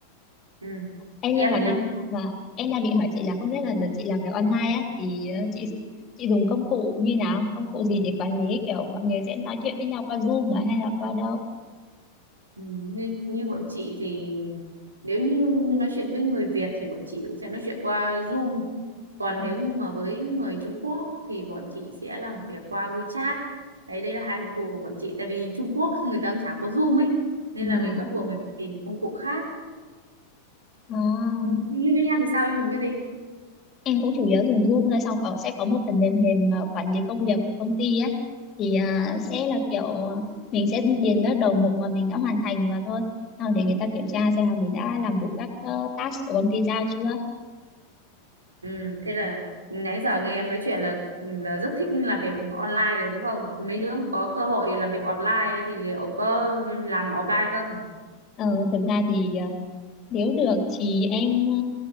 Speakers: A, on the right; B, on the left.
A: ừ.
B: em
A: em
B: nhưng mà
A: em
B: bị và em đang định hỏi chị là không biết là đợt chị làm việc online á thì ờ, chị s- chị dùng công cụ như nào công cụ gì để quản lý kiểu mọi người sẽ nói chuyện với nhau qua Zoom à hay là qua đâu
A: Ừ, như, như bọn chị thì nếu như nói chuyện với người Việt thì bọn chị cũng sẽ nói chuyện qua Zoom còn
B: Ừ.
A: nếu như mà với người Trung Quốc thì bọn chị sẽ làm việc qua WeChat đấy đây là hai công cụ của bọn chị tại vì Trung Quốc <laughs> người ta cũng chả có Zoom ấy nên
B: và
A: là mình bắt buộc mình phải tìm công cụ khác
B: à
A: Ừ, như bên em thì sao em dùng cái gì
B: em cũng chủ yếu dùng Zoom thôi xong có sẽ có một phần mềm mềm à, quản lý công việc của công ty á thì à, sẽ là kiểu à, mình sẽ điền các đầu mục mà mình đã hoàn thành vào thôi xong để người ta kiểm tra xem là mình đã làm đủ các ờ, task của công ty giao chưa
A: ừ, thế là nãy giờ nghe em nói chuyện là là rất thích làm việc online rồi đúng không mấy đứa mà có cơ hội làm việc online thì liệu có làm offline không
B: Ờ, thực ra thì ờ, nếu được thì em ờ,